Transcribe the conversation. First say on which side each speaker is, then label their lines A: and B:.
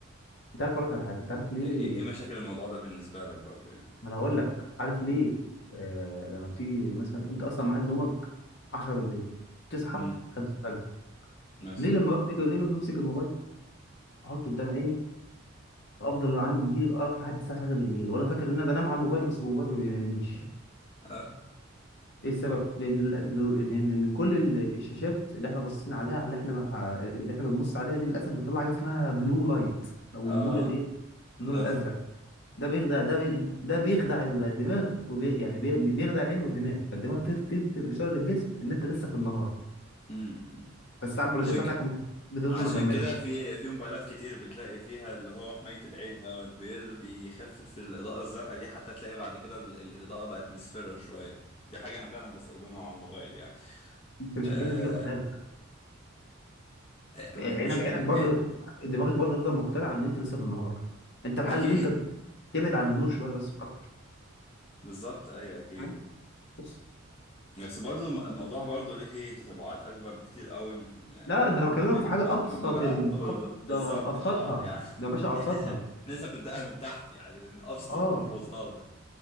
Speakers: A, on the left (about 55°); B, on the left (about 30°).
A: انت عارف اقول لك على حاجة تعرف ليه
B: ايه ايه ايه مشاكل الموضوع ده بالنسبة لك برضو يعني
A: ما انا هقول لك عارف ليه آه... لما بتيجي مثلا انت اصلا ميعاد نومك 10 بالليل تصحى
B: امم
A: 5 الفجر
B: مثلا
A: ليه لما بمسك ليه لما بمسك الموبايل احطه قدام عيني افضل عندي يجي لي الارق لحد الساعة 3 بالليل وانا فاكر ان انا بنام على الموبايل بس الموبايل ما بينامنيش
B: اه
A: ايه السبب لان ال- ان ان إن كل ال- الشاشات اللي احنا باصين عليها اللي احنا مع اللي احنا بنبص عليها دي للاسف بتطلع حاجه اسمها بلو لايت او
B: اه
A: النور الايه النور
B: الازرق
A: الازرق ده بيخدع ده بي ده بيخدع الدماغ وبي يعني بي بيخدع العين والدماغ فالدماغ تد- تدي اشاره للجسم ان انت لسه في النهار
B: امم
A: فالساعه البيولوجيه
B: عشان
A: بتاعتك
B: كده
A: بتفضل
B: عشان
A: مكمله
B: كده في في موبايلات كتير بتلاقي فيها اللي هو حماية العين دوت بي- بيخفف الإضاءة الزرقاء دي حتى تلاقي بعد كده ال- ال- الإضاءة بقت مصفرة شوية دي حاجة أنا فعلا بستخدمها على الموبايل يعني
A: انت مش
B: آه
A: هتجيب نتيجه في خيالك
B: م-
A: عينك
B: مش هجيب
A: عينك برضه
B: إيه؟
A: دماغك برضه تفضل مقتنعه ان انت لسه في النهار انت الحل
B: أكيد
A: ان انت تبعد عن النور شويه بس مش اكتر
B: بالظبط أيوه أكيد
A: فاهم؟ بس
B: بس برضو الم- الموضوع برضو ليه تتبعات أكبر بكتير قوي من
A: لا ده انا بكلمك
B: من
A: في حاجه
B: ما
A: ابسط
B: ما- ما بقى
A: ال...
B: آه، ب-
A: أب...
B: ب- بالظبط
A: ده ابسطها
B: أه يعني
A: ده يا
B: <laughs>
A: باشا ابسطها
B: إحنا لسه بنبدأها من تحت يعني من أبسط
A: اه
B: الأمور وطالع